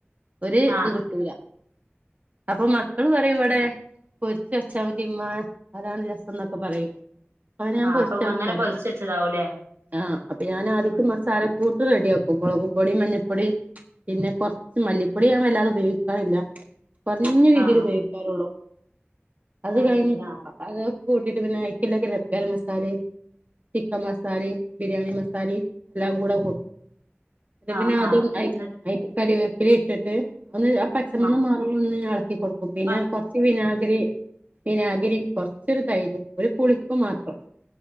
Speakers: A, on the right; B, on the right.
A: ഒര്
B: ആഹ്
A: ത് കിട്ടൂല അപ്പ മക്കള് പറയും
B: അത് ശരി
A: വടെ. പൊര്ച്ചെച്ചാ മതിമ്മാ അതാണ് രസംന്നൊക്കെ പറയും. അ ഞാൻ
B: ആഹ്
A: പൊരിച്ച
B: അപ്പൊ
A: വെക്കാറ്
B: അങ്ങനെ പൊരിച്ച് വെച്ചതാവൂല്ലേ
A: ആഹ് അപ്പ ഞാനാദിക്ക്
B: ഉം
A: മ സാല കൂട്ട് റെഡ്യാക്കും മൊളക് പൊടി മഞ്ഞപൊടി. പിന്നെ കൊർച്ച് മല്ലിപ്പൊടി ഞാ വല്ലാതെ ഉപയോഗിക്കാറില്ല. കൊർഞ്ഞ രീതില്
B: ആഹ്
A: ഉപയോഗിക്കാറുള്ളൂ അത് കഴിഞ്ട്ട്
B: ശരി ആഹ്
A: അ. അതൊക്കെ കൂട്ടിട്ട് പിന്നെ അയ്ക്ക്ല്ല ഗരം ഗരമസാലെ ചിക്കം മസാലെ ബിരിയാണി മസ സാലിം എല്ലാം കൂടെ കൂ ട്ട്
B: ആഹ്
A: പിന്നതും
B: ആഹ് എന്നിട്ട്
A: ഐ ഐക് കരിവേപ്പിലി ഇട്ട്ട്ട് ഒന്ന് ആ പച്ചമണ്ണം
B: ആഹ്
A: മാറുന്ന് എള ക്കി കൊടുക്കും പിന്നെ
B: ആ
A: കൊർച്ച് വിനാഗിരി. വിനാഗിരി കൊർച്ചൊരു തൈര് ഒരു പുളിപ്പു മാത്രം.